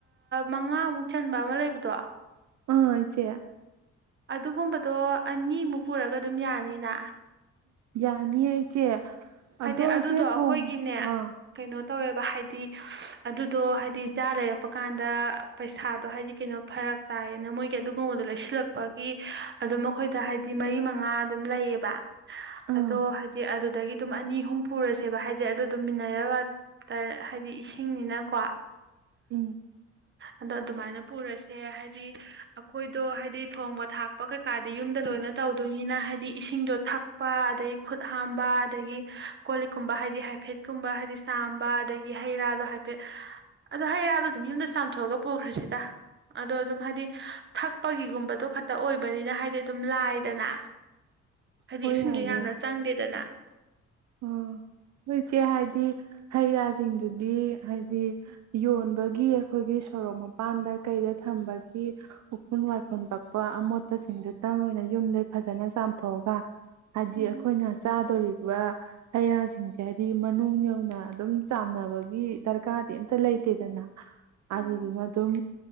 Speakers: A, on the right; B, on the right.
A: ꯃꯉꯥꯃꯨꯛ ꯆꯟꯕ ꯑꯃ ꯂꯩꯕꯗꯣ
B: ꯑꯥ ꯏꯆ‌ꯦ
A: ꯑꯗꯨꯒꯨꯝꯕꯗꯣ ꯑꯅꯤꯃꯨꯛ ꯄꯨꯔꯒ ꯑꯗꯨꯝ ꯌꯥꯅꯤꯅ
B: ꯌꯥꯅꯤꯌ‌ꯦ ꯏꯆ‌ꯦ
A: ꯍꯥꯏꯗꯤ
B: ꯑꯗꯣ
A: ꯑꯗꯨꯗꯣ
B: ꯏꯆꯦ
A: ꯑꯩꯈꯣꯏꯒꯤꯅꯦ
B: ꯊꯣꯡꯉ ꯑ
A: ꯀꯩꯅꯣ ꯇꯧꯋꯦꯕ ꯍꯥꯏꯗꯤ ꯑꯗꯨꯗꯣ ꯍꯥꯏꯗꯤ ꯖꯥꯔ ꯂꯩꯔꯛꯄ ꯀꯥꯟꯗ ꯄꯩꯁꯥꯗꯣ ꯍꯥꯏꯗꯤ ꯀꯩꯅꯣ ꯐꯔꯛ ꯇꯥꯏꯌꯦꯅ ꯃꯣꯏꯒꯤ ꯑꯗꯨꯒꯨꯝꯕꯗꯣ ꯂꯩꯁꯤꯜꯂꯛꯄꯒꯤ ꯑꯗꯨꯝ ꯑꯩꯈꯣꯏꯗ ꯍꯥꯏꯗꯤ ꯃꯔꯤ ꯃꯉꯥ ꯑꯗꯨꯝ ꯂꯩꯌꯦꯕ
B: ꯑꯥ
A: ꯑꯗꯣ ꯍꯥꯏꯗꯤ ꯑꯗꯨ ꯇꯒꯤ ꯑꯗꯨꯝ ꯑꯅꯤ ꯑꯍꯨꯝ ꯄꯨꯔꯁꯦꯕ ꯍꯥꯏꯗꯤ ꯑꯗꯨ ꯑꯗꯨꯝ ꯃꯤꯅꯔ‌ꯦꯜ ꯋꯥꯇꯔ ꯍꯥꯏꯗꯤ ꯏꯁꯤꯡꯅꯤꯅꯀꯣ
B: ꯎꯝ
A: ꯑꯗꯣ ꯑꯗꯨꯃꯥꯏꯅ ꯄꯨꯔꯁꯦ ꯍꯥꯏꯗꯤ ꯑꯩꯈꯣꯏꯗꯣ ꯍꯥꯏꯗꯤ ꯊꯣꯡꯕ ꯊꯥꯛꯄ ꯀꯩꯀꯥꯗꯤ ꯌꯨꯝꯗ ꯂꯣꯏꯅ ꯇꯧꯗꯣꯏꯅꯤꯅ ꯍꯥꯏꯗꯤ ꯏꯁꯤꯡꯗꯣ ꯊꯛꯄ ꯑꯗꯒꯤ ꯈꯨꯠ ꯍꯥꯝꯕ ꯑꯗꯒꯤ ꯀꯣꯜ ꯂꯤꯛꯀꯨꯝꯕ ꯍꯥꯏꯗꯤ ꯍꯥꯏꯐꯦꯠꯀꯨꯝꯕ ꯍꯥꯏꯗꯤ ꯆꯥꯝꯕ ꯑꯗꯒꯤ ꯍꯩꯔꯥꯗꯣ ꯍꯥꯏꯐꯦꯠ ꯑꯗꯣ ꯍꯩꯔꯥꯗꯣ ꯑꯗꯨꯝ ꯌꯨꯝꯗ ꯄꯨꯊꯣꯛꯑꯒ ꯄꯨꯈ꯭ꯔꯁꯤꯗ ꯑꯗꯣ ꯑꯗꯨꯝ ꯍꯥꯏꯗꯤ ꯊꯛꯄꯒꯤꯒꯨꯝꯕꯗꯣ ꯈꯛꯇ ꯑꯣꯏꯕꯅꯤꯅ ꯍꯥꯏꯗꯤ ꯑꯗꯨꯝ ꯂꯥꯏꯗꯅ ꯍꯥꯏꯗꯤ
B: ꯍꯣꯏ
A: ꯏꯁꯤꯡꯗꯣ
B: ꯌꯥꯏꯌꯦ
A: ꯌꯥꯝꯅ ꯆꯪꯗꯦꯗꯅ
B: ꯑꯣ ꯍ‌ꯣꯏ ꯏꯆꯦ ꯍꯥꯏꯗꯤ ꯍꯩ ꯔꯥꯁꯤꯡ ꯑꯗꯨꯒꯤ ꯍꯥꯏꯗꯤ ꯌꯣꯟꯕꯒꯤ ꯑꯩꯈꯣꯏꯒꯤ ꯁꯣꯔꯣꯛ ꯃꯄꯥꯟꯗ ꯀꯩꯗ ꯊꯝꯕꯒꯤ ꯎꯐꯨꯜ ꯋꯥꯏꯈꯨꯜ ꯄꯛꯄ ꯑꯃꯣꯠꯄꯁꯤꯡꯗꯨꯇꯪ ꯑꯣꯏꯅ ꯌꯨꯝꯗꯩ ꯐꯖꯅ ꯆꯥꯝꯊꯣꯛꯑꯒ ꯍꯥꯏꯗꯤ
A: ꯎꯝ
B: ꯑꯩꯈꯣꯏꯅ ꯆꯥꯗꯣꯔꯤꯕ ꯍꯩ ꯔꯥꯁꯤꯡꯁꯦ ꯍꯥꯏꯗꯤ ꯃꯅꯨꯡ ꯌꯧꯅ ꯑꯗꯨꯝ ꯆꯥꯝꯅꯕꯒꯤ ꯗꯔꯀꯥꯔꯗꯤ ꯑꯝꯇ ꯂꯩꯇꯦꯗꯅ
A: ꯎꯝ
B: ꯑꯗꯨꯗꯨꯅ ꯑꯗꯨꯝ